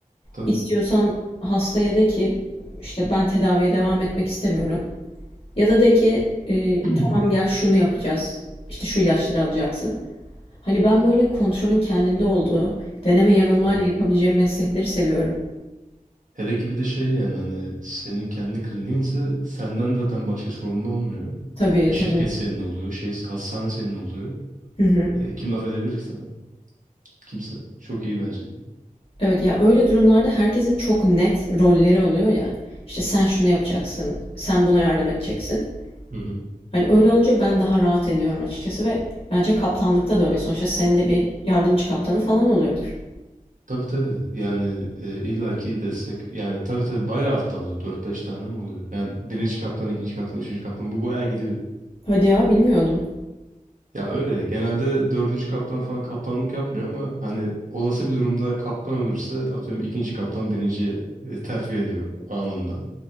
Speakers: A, on the right; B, on the left.
A: Tabii.
B: İstiyorsan hastaya de ki, işte, "Ben tedaviye devam etmek istemiyorum." ya da de ki, eee,
A: <clears throat>
B: "Tamam, gel şunu yapacağız, işte, şu ilaçları alacaksın." Hani, ben böyle kontrolün kendimde olduğu, deneme yanılmayla
A: Evet.
B: yapabileceğim meslekleri seviyorum.
A: Hele ki bir de şey yani hani senin kendi kliniğinse senden zaten başka sorumlu olmuyor.
B: Tabii,
A: Ya
B: tabii.
A: şirket senin oluyor, şey hastane senin oluyor.
B: Hı hı.
A: E, kim laf edebilir ki sana? Kimse. Çok iyi bence de.
B: Evet, ya, öyle durumlarda herkesin çok net rolleri oluyor ya. İşte, sen şunu yapacaksın, sen buna yardım edeceksin.
A: Hı hı.
B: Hani öyle olunca ben daha rahat ediyorum açıkçası ve bence kaptanlıkta da öyle. Sonuçta senin de bir yardımcı kaptanı falan oluyordur.
A: Tabii tabii. Yani e, illaki destek yani tabii tabii bayağı hatta oluyor. 4-5 tane mi oluyor? Yani birinci kaptan, ikinci kaptan, üçüncü kaptan bu bayağı gidiyor.
B: Hadi ya bilmiyordum.
A: Ya öyle genelde dördüncü kaptan falan kaptanlık yapmıyor ama hani olası bir durumda kaptan ölürse atıyorum ikinci kaptan birinciye e, terfi ediyor anında.